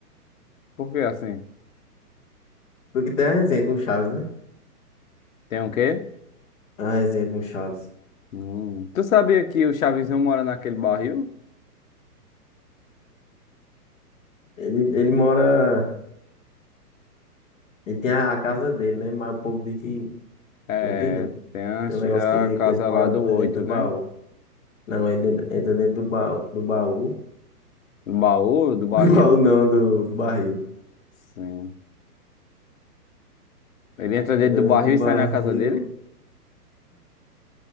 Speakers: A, on the left; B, in the centre.
A: Por quê assim?
B: Porque tem a resenha com o Chaves, né?
A: Tem o quê?
B: A resenha com o Chaves.
A: Hum. Tu sabia que o Chaves não mora naquele barril?
B: Ele, ele mora. Ele tem a, a casa dele, né? Mas o povo diz que. O
A: É,
B: povo diz não.
A: tem a,
B: Tem um negócio que,
A: a casa
B: que ele mora
A: lá do
B: no-
A: oito,
B: dentro do baú.
A: né?
B: Não, ele dentro- entra dentro do baú. Do baú.
A: Do baú,
B: <laughs>
A: do barril.
B: Do baú não, do, do barril.
A: Sim. Ele entra dentro
B: Entra
A: do
B: dentro
A: barril
B: do
A: e
B: barril.
A: sai na casa dele?